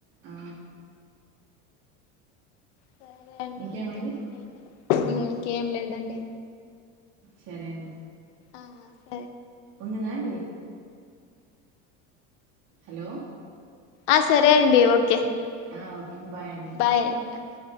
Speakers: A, on the right; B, on the left.
A: ఆ
B: సరే అండి
A: ఇంకేమండి
B: ఇంకేంటి అండి అయితే ఇంకేం లేదండి
A: సరే అండి
B: ఆహా
A: ఉందున్నాండి హలో
B: ఆ సరే అండి ఓకే
A: ఆ ఓకే అండి
B: బాయ్ అండి